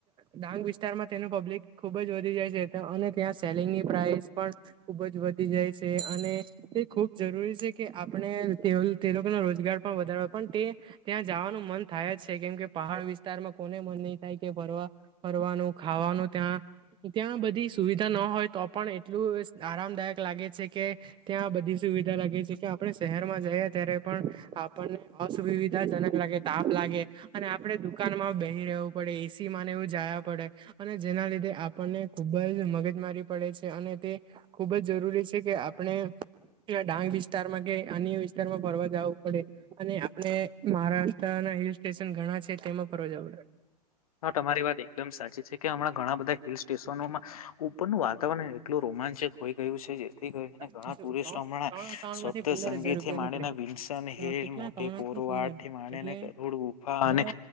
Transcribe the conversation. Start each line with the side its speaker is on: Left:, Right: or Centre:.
Right: ડાંગ વિસ્તારમાં તેનું પબ્લિક ખુબ જ વધી જાય છે. અને ત્યાં સેલિંગની પ્રાઇસ. ખુબ જ વધી જાય છે અને એ ખુબ જરૂરી છે કે આપણે તે રોજગાર પણ વધાર પણ તે ત્યાં જવાનું મન થાય જ છે કેમ કે પહાડ વિસ્તારમાં કોને મન નહીં. કે ફરવા ફરવાનું ખાવાનું ત્યાં ત્યાં બધી. સુવિધા ન હોય તો પણ એટલું. આરામદાયક લાગે છે કે ત્યાં બધી સુવિધા લાગે છે કે આપણે શહેરમાં જઈએ ત્યારે પણ. આપણને અસુવિધાજનક લાગે તાપ લાગે અને આપડે દુકાન માં બેહી રહવ. પડે એસી ને એવું જાયા પડે અને જેના લીધે આપણને ખુબ જ મગજ મારી પડે છે. અને તે ખૂબ જ જરૂરી છે કે આપણે. ડાંગ વિસ્તારમાં કે અન્ય વિસ્તારમાં ફરવા જવું પડે અને આપણે મહારાષ્ટ્ર ના. હિલ સ્ટેશન ઘણા છે તેમાં પરવાજા
Left: હા! તમારી વાત એકદમ સાચી છે કે હમણાં ઘણા બધા હિલ સ્ટેશનોમાં. ઉપરનુંું વાતાવરણ એટલું રોમાંચક હોઈ ગયું છે જેથી કરીને ઘણા
Right: ત્રણ
Left: ટુરિસ્ટ હમણાં.
Right: એકાઉન્ટ
Left: સંગેથીને
Right: માંથી પંદર હજાર રૂપિયા નીકળે
Left: વિલ્સન હિલ
Right: કેટલા
Left: મોટી
Right: ત્રણથી
Left: કોરવા
Right: પંદર
Left: થીને
Right: એટલે
Left: કરુ ગુફા અને.
Right: દહ